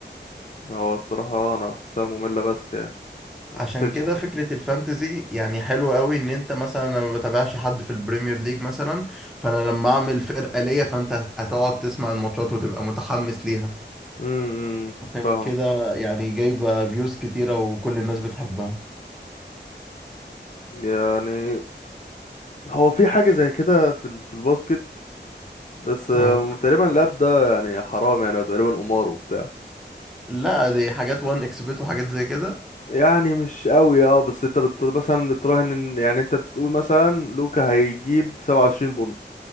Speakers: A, on the left (about 45°); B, in the centre.
A: هو الصراحة انا بحسها مملة بس يعني ما
B: عشان
A: حسيتش
B: كده فكرة الفانتزي يعني حلوة قوي ان انت مثلا انا ما بتابعش حد في البريمير ليج مثلا فانا لما اعمل فرقة ليا فانت هت- هتقعد تسمع الماتشات وتبقى متحمس ليها
A: امم
B: عشان
A: فاهمك
B: كده يعني جايبة فيوز كتيرة وكل الناس بتحبها
A: يعني هو في حاجة زي كده في ال- في الباسكت بس آه،
B: آه.
A: تقريبا اللعب ده يعني حرام يعني تقريبا قمار وبتاع
B: لا دي حاجات وان اكسبت وحاجات زي كده
A: يعني مش قوي اه بس انت بت... مثلا بتراهن ان يعني انت بتقول مثلا لوكا هيجيب 27 بونت